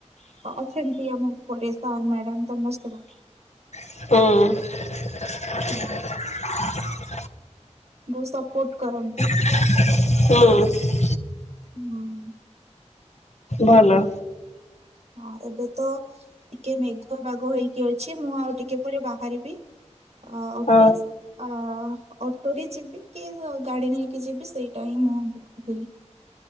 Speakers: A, on the right; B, on the left.
A: ଅଛନ୍ତି ଆମ ଉପରେ ସାର୍ ମ୍ୟାଡାମ ସମସ୍ତେ
B: ହଁ
A: ହୁଁ
B: <unintelligible>
A: ବହୁତ୍ ସପୋର୍ଟ କରନ୍ତି
B: ହୁଁ
A: ହୁଁ।
B: ଭଲ
A: ହଁ ଏବେ ତ ଟିକେ ମେଘୁଆ ବାଗ ହେଇକି ଅଛି ମୁଁ ଆଉ ଟିକେ ପରେ ବାହାରିବି ଆ -ଅଫିସ୍।
B: ହଁ
A: ଅ ଅଟୋ ରେ ଯିବି କି ଗାଡି ନେଇକି ଯିବି ସେଇଟା ହିଁ ମୁଁ ଦେଖୁଥିଲି।